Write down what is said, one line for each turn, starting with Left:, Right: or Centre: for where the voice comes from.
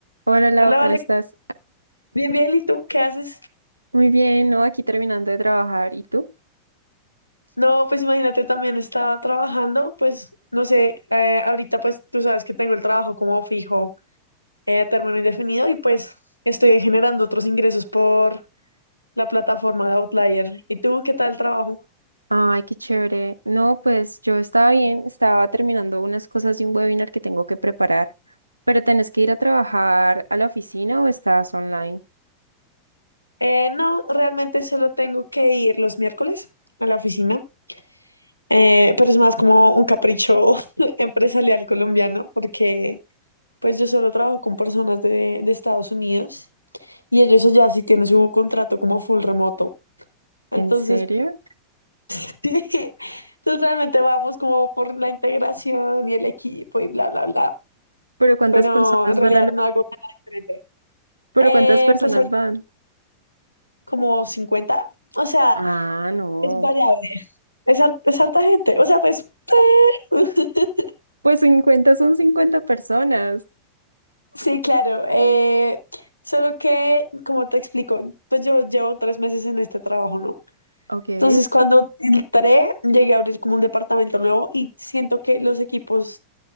Right: Hola Lau,
Left: Hola,
Right: ¿cómo
Left: vale.
Right: estás?
Left: Bien, bien, ¿y tú qué haces?
Right: Muy bien, ¿no? Aquí terminando de trabajar. ¿Y tú?
Left: No, pues imagínate, también estaba trabajando, pues no sé, eh, ahorita pues tú sabes que tengo el trabajo como fijo, eh, a término indefinido y pues estoy generando otros ingresos por la plataforma de Outlier. ¿Y tú qué tal el trabajo?
Right: Ay, qué chévere. No, pues yo estaba bien, estaba terminando unas cosas de un webinar que tengo que preparar. ¿Pero tenés que ir a trabajar a la oficina o estás online?
Left: Eh, no, realmente solo tengo que ir los miércoles a la oficina, eh, pero es más como un capricho <laughs> empresarial colombiano porque pues yo solo trabajo con personas de, de Estados Unidos Y ellos allá sí tienen su contrato como full remoto. Entonces,
Right: ¿En serio?
Left: <laughs> entonces realmente vamos como por la integración y el equipo y bla, bla, bla.
Right: ¿Pero cuántas
Left: Pero
Right: personas
Left: en realidad
Right: van a la...
Left: no hago nada diferente.
Right: ¿Pero
Left: Eh,
Right: cuántas personas
Left: pues ahorita
Right: van?
Left: como cincuenta O sea,
Right: Ah, no.
Left: es variable. Es, har- es harta gente. O sea, pues... <laughs>
Right: Pues 50, son 50 personas.
Left: Sí, claro. eh, solo que, como te explico, pues yo llevo tres meses en este trabajo, ¿no?
Right: Ok.
Left: Entonces, cuando entré, llegué a abrir como un departamento nuevo y siento que los equipos, o